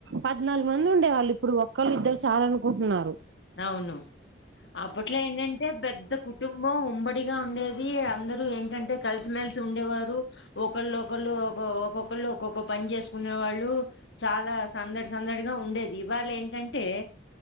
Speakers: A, on the right (about 85°); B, on the left (about 85°).
A: పద్నాలుగు మంది ఉండేవాళ్ళు ఇప్పుడు ఒక్కళ్ళు ఇద్దరు చాల అనుకుంటున్నారు
B: అవును. అప్పట్లో ఏంటం పెద్ద కుటుంబం ఉమ్మడి గా ఉండేది అందరుూ ఏంటంటే కలిసిమెలిసి ఉండేవారు ఒకళ్ళు ఒకళ్ళు ఒక ఒక్కొక్కళ్ళ ఒొక్క పని చేసుకునే వాళ్ళు చాలా సందడి సందడిగా ఉండేది ఇవాళ ఏంటంటే